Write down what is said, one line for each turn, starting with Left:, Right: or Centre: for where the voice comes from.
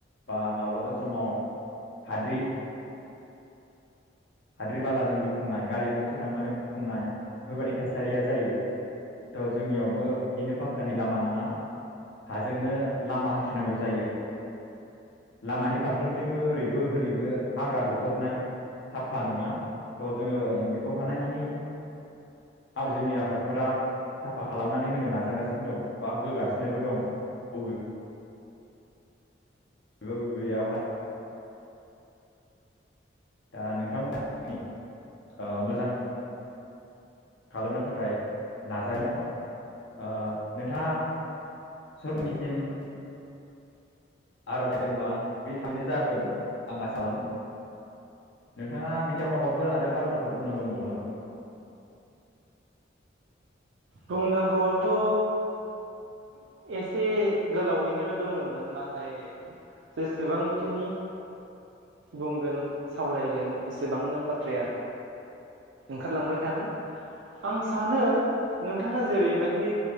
Left: बा माब्लाबा समाव हाद्रि हाद्रि बालाजों गुफुंनाय गारि गंसे थांब्लानो गुफुंनाय बेफोरबायाददि थासारिया जायो त जोंनियावबो बिदिनो फाखकानि लामा नङा। हाजोंनो लामा हान्थिनांगौ जायो लामानि फारफ्रोमथिंबो ओरैबो होरैबो हाग्रा दुफबनाय साफा नङा त जोङो बेखौ हानाय मानि जोंनि आफादफोरा साफा खालामनानै होनो नाजागासिनो दं बा होगासिनो नोबो दं बबे <unintelligible> बबेयावहाय दा नोंथांमोना <unintelligible> ओ मोजां खालामनो थाखाय नाजाबाय दङ ओ नोंथाङा सखारनिसिम आरज होदोंब्ला बे थाबैनो जाागोन आं आसा खालामदों नोंथाङा बिनियाव माबाफोर आरो बाथ्राफोर बुंनां दंबावो नामा?
Right: बुंनांगौआ थ एसे गोलावैनो दोङोमोन नाथाय जेसेबांखिनि बुंगोन सावरायगोन एसेबांनो बाथ्राया ओंखारलांबाय थागोन आं सानो नोंथाङा जेरैबायदि